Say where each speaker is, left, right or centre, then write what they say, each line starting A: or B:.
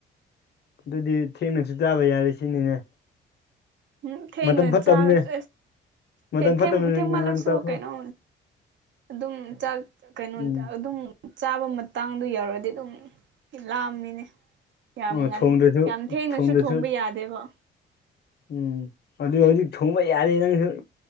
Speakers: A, on the left; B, on the right.
A: ꯑꯗꯨꯗꯤ ꯊꯦꯡꯅꯖꯨ ꯆꯥꯕ ꯌꯥꯔꯦ ꯁꯤꯅꯤꯅꯦ
B: ꯎꯝ ꯊꯦꯡꯅ
A: ꯃꯇꯝ ꯐꯠꯇꯕꯅꯦ
B: ꯆꯥꯔꯁꯨ
A: ꯃꯇꯝ
B: ꯊꯦ ꯊꯦꯡ
A: ꯐꯠꯇꯕꯅꯤ
B: ꯊꯦꯡꯃꯥꯜꯂꯁꯨ
A: ꯉꯟꯅ ꯆꯥꯊꯣꯛ
B: ꯀꯩꯅꯣ ꯑꯗꯨꯝ ꯆꯥꯛ ꯀꯩꯅꯣꯅꯤꯗ
A: ꯎꯝ
B: ꯑꯗꯨꯝ ꯆꯥꯕ ꯃꯇꯥꯡꯗꯣ ꯌꯧꯔꯛꯑꯗꯤ ꯑꯗꯨꯝ ꯂꯥꯝꯃꯤꯅꯦ ꯌꯥꯝ
A: ꯑꯣ
B: ꯉꯟ
A: ꯊꯣꯡꯗ꯭ꯔꯁꯨ
B: ꯌꯥꯝ ꯊꯦꯡꯅꯁꯨ
A: ꯊꯣꯡꯗ꯭ꯔꯁꯨ
B: ꯊꯣꯡꯕ ꯌꯥꯗꯦꯕ
A: ꯎꯝ ꯑꯗꯨ ꯍꯧꯖꯤꯛ ꯊꯣꯡꯕ ꯌꯥꯔꯦ ꯅꯪꯁꯨ